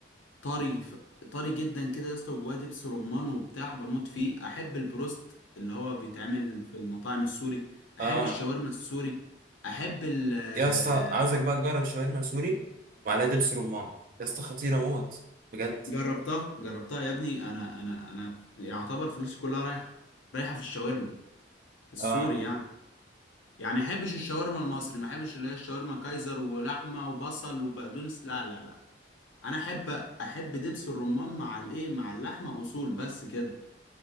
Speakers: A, on the left; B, on the right.
A: طري ف- طري جدا كده يا اسطى وجواه دبس رمان وبتاع بموت فيه احب البروست اللي هو بيتعمل في المطاعم السوري احب
B: اه
A: الشاورما السوري احب ال آه،
B: يا اسطى عاوزك بقى تجرب شاورما سوري وعليها دبس رمان يا اسطى خطيره موت بجد
A: جربتها جربتها يا ابني انا انا انا يعتبر فلوسي كلها رايحه رايحه في الشاورما السوري
B: اه
A: يعني يعني احبش الشاورما المصري ما احبش اللي هي الشاورما كايزر ولحمه وبصل وبقدونس لا لا لا انا احب احب دبس الرمان مع الايه مع اللحمه اصول بس كده